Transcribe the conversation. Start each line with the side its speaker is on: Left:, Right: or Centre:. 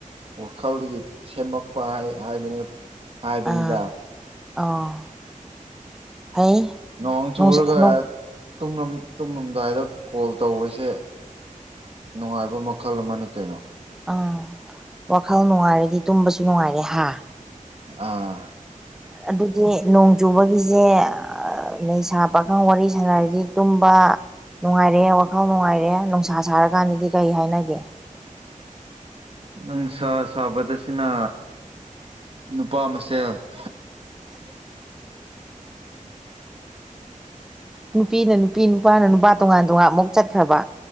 Right: ꯋꯥꯈꯜꯗꯒꯤ ꯁꯦꯝꯃꯛꯄꯕꯅꯤ ꯍꯥꯏꯕꯅꯤꯗ
Centre: ꯑꯥ ꯑꯥ ꯐꯩ
Right: ꯅꯣꯡ ꯆꯨꯔꯒ
Centre: ꯎꯝ
Right: ꯇ ꯇꯨꯝꯂꯝꯗꯥꯏꯗ ꯀꯣꯜ ꯇꯧꯕꯁꯦ ꯅꯨꯡꯉꯥꯏꯕ ꯃꯈꯜ ꯑꯃꯅ ꯀꯩꯅꯣ
Centre: ꯑꯥ ꯋꯥꯈꯜ ꯅꯨꯡꯉꯥꯏꯔꯗꯤ ꯇꯨꯝꯕꯁꯨ ꯅꯨꯡꯉꯥꯏꯔꯦ ꯍꯥ
Right: ꯑꯥ
Centre: ꯑꯗꯨꯗꯤ ꯅꯣꯡ ꯆꯨꯕꯒꯤꯁꯦ ꯅꯁꯥ ꯄꯥꯈꯪ ꯋꯥꯔꯤ ꯁꯥꯟꯅꯔꯗꯤ ꯇꯨꯝ ꯅꯨꯡꯉꯥꯏꯔꯛꯑꯦ ꯋꯥꯈꯜ ꯅꯨꯡꯉꯥꯏꯔꯑꯦ ꯅꯨꯡꯁꯥ ꯁꯥꯔꯀꯥꯟꯗꯗꯤ ꯀꯩ ꯍꯥꯏꯅꯒꯦ <inaudible>
Right: ꯅꯨꯡꯁꯥ ꯁꯥꯕꯗꯁꯤꯅ ꯅꯨꯄꯥ ꯃꯁꯦꯜ <inaudible>
Centre: ꯅꯨꯄꯤꯅ ꯅꯨꯄꯤ ꯅꯨꯄꯥꯅ ꯅꯨꯄꯥ ꯇꯣꯉꯥꯟ ꯇꯣꯉꯥꯟ ꯑꯃꯨꯛ ꯆꯠꯈ꯭ꯔꯕ